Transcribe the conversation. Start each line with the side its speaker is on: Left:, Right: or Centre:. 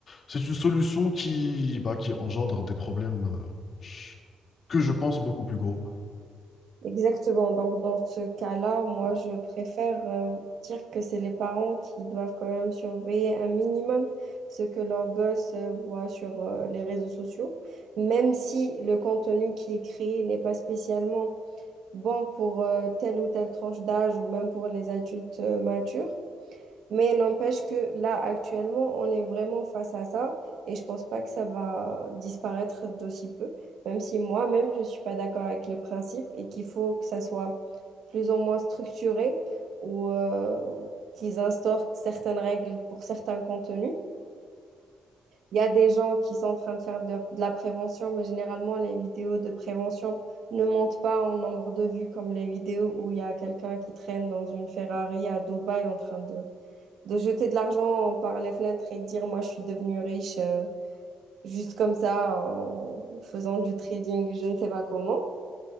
Left: c'est une solution qui, bah, qui engendre des problèmes euh, ch- que je pense beaucoup plus gros.
Right: Exactement. Donc, dans ce cas-là, moi, je préfère euh, dire que c'est les parents qui doivent quand même surveiller un minimum ce que leurs gosses euh, voient sur euh, les réseaux sociaux, même si le contenu qui est créé n'est pas spécialement bon pour euh, telle ou telle tranche d'âge ou même pour les adultes euh, matures. Mais n'empêche que là, actuellement, on est vraiment face à ça et je pense pas que ça va disparaître d'aussi peu, même si moi-même, je suis pas d'accord avec le principe et qu'il faut que ça soit plus ou moins structuré ou euh, qu'ils instaurent certaines règles pour certains contenus. Il y a des gens qui sont en train de faire de, de la prévention, mais généralement, les vidéos de prévention ne montent pas en nombre de vues comme les vidéos où il y a quelqu'un qui traîne dans une Ferrari à Dubaï en train de de jeter de l'argent par les fenêtres et de dire, moi, je suis devenue riche euh, juste comme ça en faisant du trading, je ne sais pas comment.